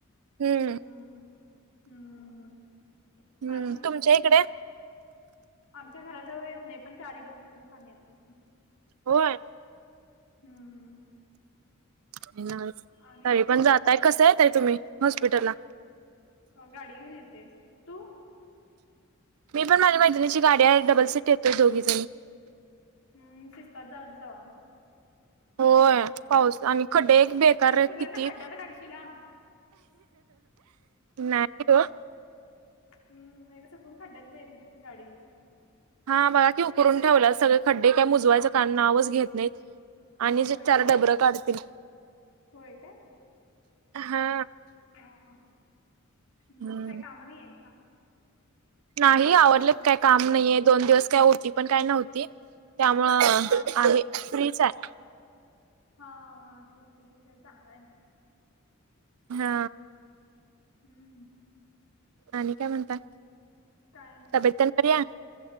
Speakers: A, on the right; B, on the left.
A: हम्म
B: हम्म... हम्म हम्म
A: हम्म
B: आणि
A: तुमच्या इकडे
B: आमच्या घराजवळ येत नाही पण चारी बाजून पाणी येत
A: होय
B: हम्म
A: तरी
B: आणि
A: पण जाताय कस येताय तुम्ही हॉस्पिटल ला
B: अ गाडी घेऊन येते तू
A: मी पण माझ्या मैत्रिणीची गाडी आहे डबल सीट येतोय दोघीजणी
B: हम्म शिस्तात जात जावा
A: होय पाऊस आणि खड्डे एक बेकार
B: नाही तर
A: आहेत
B: कुठल्या
A: किती
B: तर खड्ड्यात काढशील हा.
A: नाही ओ
B: हम्म नाही तर चुकून खड्यात जाईल गाडी
A: हा बघा की उकरून ठेवल्यात सगळे खड्डे काय बुजवायचं नावच घेत नाहीत आणि जे
B: होय
A: चार
B: काय
A: डबरं काढतील
B: होय
A: हा
B: हो मग
A: हम्म.
B: काही काम नाहीत का
A: नाही आवरल्यात काय काम नाहीये दोन दिवस काय होती पण काय नव्हती त्यामुळं
B: हा हा
A: आहे फ्रीच आहे
B: हाा ठीक आहे ठीक आहे चांगलंय मग
A: हा
B: हम्म
A: आणि काय म्हणता
B: काय नाही
A: तब्येत तेन बरी हाय